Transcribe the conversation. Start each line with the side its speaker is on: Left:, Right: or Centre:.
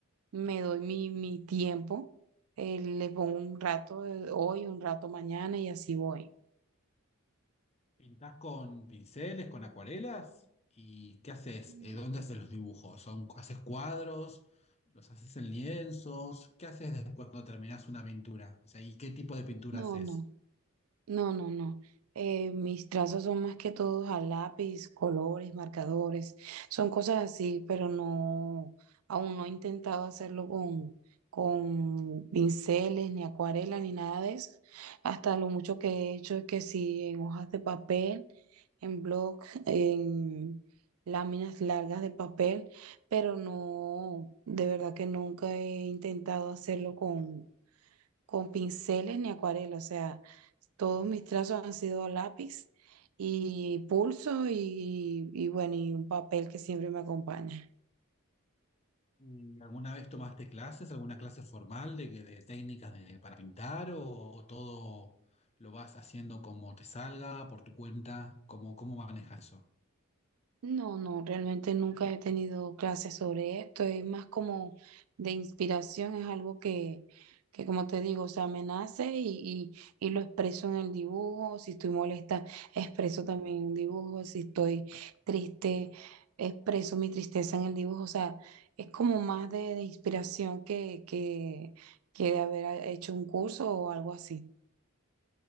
Right: me doy mi, mi tiempo, eh, le pongo un rato de hoy, un rato mañana y así voy.
Left: ¿Pintás con pinceles, con acuarelas? ¿Y qué haces?
Right: Mm,
Left: Eh, ¿Dónde haces los dibujos? ¿Son, haces cuadros? ¿Los haces en lienzos? ¿Qué haces después cuando terminás una pintura? O sea, ¿y qué tipo de pintura
Right: No,
Left: haces?
Right: no. No, no, no. Eh, mis trazos son más que todos a lápiz, colores, marcadores, son cosas así, pero no, aún no he intentado hacerlo con, con pinceles, ni acuarela, ni nada de eso. Hasta lo mucho que he hecho es que sí, en hojas de papel, en bloc, <laughs> en láminas largas de papel, pero no, de verdad que nunca he intentado hacerlo con con pinceles ni acuarela, o sea, todos mis trazos han sido a lápiz y pulso y, y bueno, y un papel que siempre me acompaña.
Left: Mm, ¿Alguna vez tomaste clases, alguna clase formal de, de técnicas de- para pintar o, o todo lo vas haciendo como te salga, por tu cuenta? ¿Cómo, cómo manejas eso?
Right: No, no, realmente nunca he tenido clases sobre esto, es más como de inspiración, es algo que, que como te digo, o sea, me nace y, y, y lo expreso en el dibujo, si estoy molesta, expreso también en un dibujo, si estoy triste, expreso mi tristeza en el dibujo, o sea, es como más de, de inspiración que, que, que de haber hecho un curso o algo así.